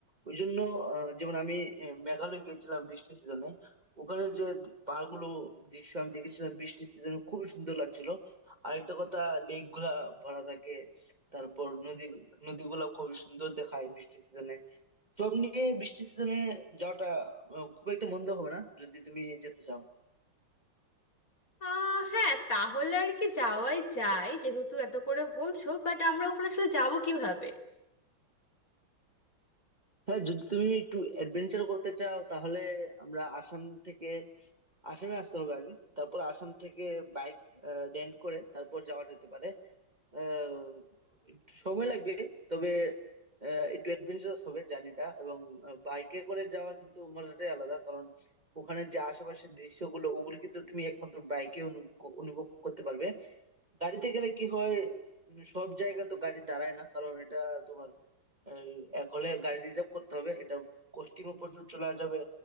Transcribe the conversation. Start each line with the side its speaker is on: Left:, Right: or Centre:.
Right: ওই জন্য আহ, যেমন আমি আহ, মেঘালয় গিয়েছিলাম বৃষ্টির সিজনে ওখানে যে পাহাড়গুলো দৃশ্য আমি দেখেছিলাম বৃষ্টির সিজনে খুবই সুন্দর লাগছিল আরেকটা কথা লেক গুলা ভরা থাকে তারপর নদী নদীগুলো খুবই সুন্দর দেখায় বৃষ্টির সিজনে সব নিয়ে বৃষ্টির সিজনে যাওয়াটা আহ, খুব একটা মন্দ হবে না যদি তুমি যেতে চাও
Left: আহ হ্যাঁ তাহলে আর কি যাওয়াই যায় যেহেতু এত করে বলছো বাট আমরা ওখানে আসলে যাবো কিভাবে
Right: হ্যাঁ যদি তুমি একটু অ্যাডভেঞ্চার করতে চাও তাহলে আমরা আসাম থেকে আসামে আসতে হবে আগে তারপর আসাম থেকে বাইক রেন্ট করে তারপর যাওয়া যেতে পারে আহ, একটু সময় লাগবে তবে আহ, একটু অ্যাডভেঞ্চারাস হবে জার্নিটা এবং বাইকে করে যাওয়ার কিন্তু মজাটাই আলাদা কারণ ওখানে যে আশেপাশের দৃশ্যগুলো ওগুলো কিন্তু তুমি একমাত্র বাইকে অনুভব করতে পারবে গাড়িতে গেলে কি হয় উম, সব জায়গায় তো গাড়ি দাঁড়ায় না কারণ এটা তোমার আহ, এক হলে গাড়ি রিজার্ভ করতে হবে এটা কস্টিংও প্রচুর চলে যাবে